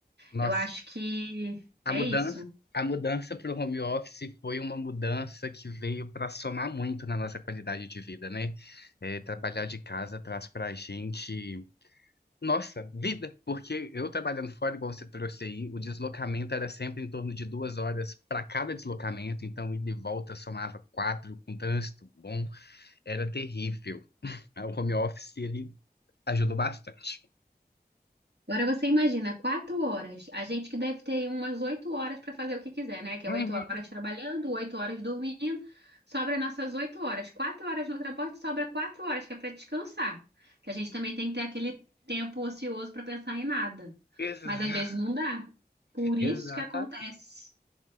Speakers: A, on the left; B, on the right.
A: Nossa,
B: Eu acho que
A: a
B: é
A: mudança,
B: isso.
A: a mudança para o home office foi uma mudança que veio para somar muito na nossa qualidade de vida, né? É, trabalhar de casa traz para a gente, nossa, vida, porque eu trabalhando fora, igual você trouxe aí, o deslocamento era sempre em torno de duas horas para cada deslocamento, então ida e volta somava quatro, com trânsito bom, era terrível. O home office, ele Ajudou bastante.
B: Agora você imagina, quatro horas. A gente que deve ter aí umas oito horas para fazer o que quiser, né? Que
A: Uhum.
B: é oito horas trabalhando, oito horas dormindo. Sobra nossas oito horas. Quatro horas no transporte, sobra quatro horas, que é para descansar. Que a gente também tem que ter aquele tempo ocioso para pensar em nada.
A: Exa-
B: Mas às vezes não dá. Por isso
A: Exata.
B: que acontece.